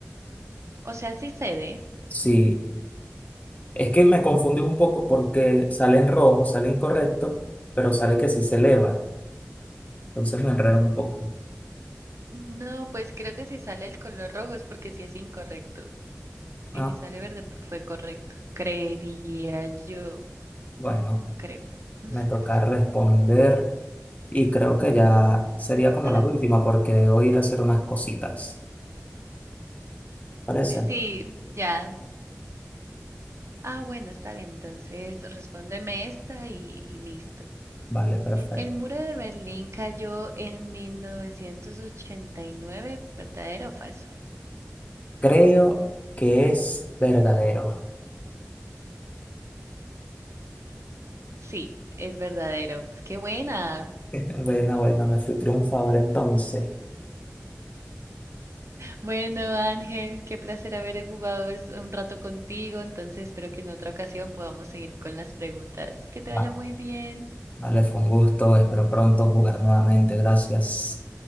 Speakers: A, on the right; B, on the left.
A: O sea, sí cede.
B: Sí. Es que me confundí un poco porque sale en rojo, sale incorrecto, pero sale que sí se eleva. Entonces me enredo un poco.
A: No, pues creo que si sale el color rojo es porque sí es incorrecto. Y
B: Ah,
A: si sale verde, pues fue correcto. Creería yo,
B: bueno.
A: creo.
B: me toca responder
A: <laughs>
B: y creo que ya sería como
A: Am,
B: la última porque debo ir a hacer unas cositas. ¿Parece?
A: Sí, ya. Ah, bueno, está bien. Entonces, respóndeme esta y, y listo.
B: Vale, perfecto.
A: El muro de Berlín cayó en 1989, ¿verdadero o falso?
B: Creo que es verdadero.
A: Sí, es verdadero. ¡Qué buena!
B: <laughs> Bueno, bueno, me fui triunfador entonces.
A: Bueno, Ángel, qué placer haber jugado es- un rato contigo. Entonces, espero que en otra ocasión podamos seguir con las preguntas. Que te vaya
B: Va,
A: muy bien.
B: Vale, fue un gusto. Espero pronto jugar nuevamente. Gracias.